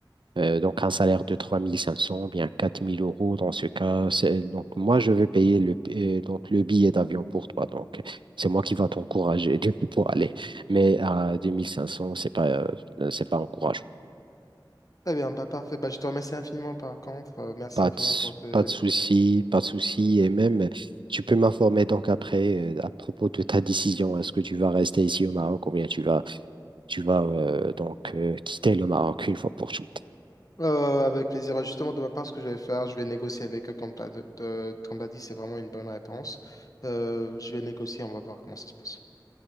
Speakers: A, on the right (about 80°); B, on the left (about 45°).
A: Euh, donc, un salaire de 3 500 bien 4 000 euros dans ce cas. c'est- euh, Donc, moi, je vais payer le, euh, donc, le billet d'avion pour toi. Donc, c'est moi qui va t'encourager <laughs> du coup, pour aller. Mais à 2 500, c'est pas, euh, c'est pas encourageant.
B: Très bien, bah, parfait. Bah, je te remercie infiniment par contre. Euh, merci
A: Pas
B: infiniment
A: de, s-
B: pour tes...
A: pas de souci, pas de souci. Et même, tu peux m'informer donc après euh, à propos de ta décision. Est-ce que tu vas rester ici au Maroc ou bien tu vas, tu vas euh, donc euh, quitter le Maroc une fois pour toutes?
B: Euh, avec plaisir. Bah, justement, de ma part, ce que je vais faire, je vais négocier avec eux, comme tu as, dit, c'est vraiment une bonne réponse. Euh, je vais négocier, on va voir comment ça se passe.